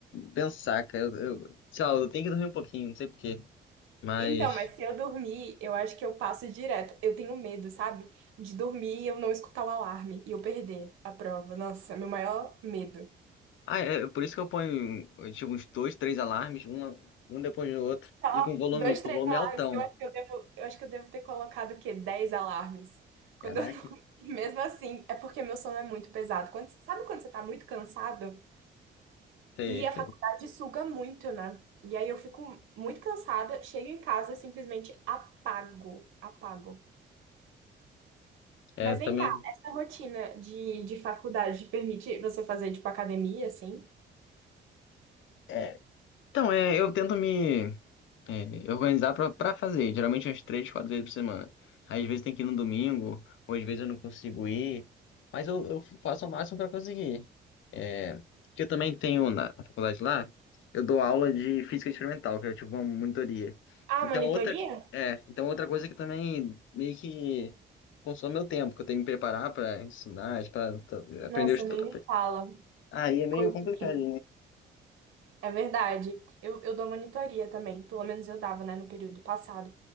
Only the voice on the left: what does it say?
pensar, cara. Eu, eu, sei lá, eu tenho que dormir um pouquinho, não sei por quê. Mas.
Ah, é por isso que eu ponho tipo, uns dois, três alarmes, uma, um depois do outro,
e com volume,
com
volume
altão.
Caraca.
Sei,
sei.
É,
também.
É, então, é, eu tento me. É, organizar pra, pra fazer, geralmente umas três, quatro vezes por semana. Às vezes tem que ir no domingo, ou às vezes eu não consigo ir, mas eu, eu faço o máximo pra conseguir. É, que eu também tenho na, na faculdade lá, eu dou aula de física experimental, que é tipo uma monitoria.
Então
outra, é, então outra coisa que também meio que consome meu tempo, que eu tenho que me preparar pra ensinar, pra t- aprender
o estudo.
Aí é meio
complicado,